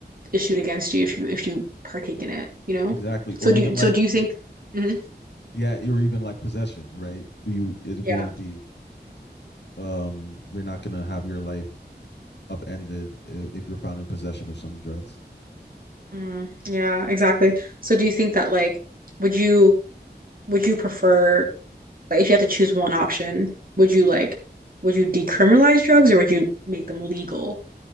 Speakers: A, on the right (about 55°); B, on the left (about 80°).
A: issued against you if you if you partake in it, you know?
B: exactly, or
A: So do
B: even
A: you,
B: like
A: so do you think Mhm.
B: yeah or even like possession right you it won't
A: Yeah.
B: be um you're not gonna have your life upended if, if you're found in possession of some drugs
A: Mm, yeah, exactly. So do you think that like would you would you prefer like if you had to choose one option, would you like would you decriminalize drugs or would you make them legal?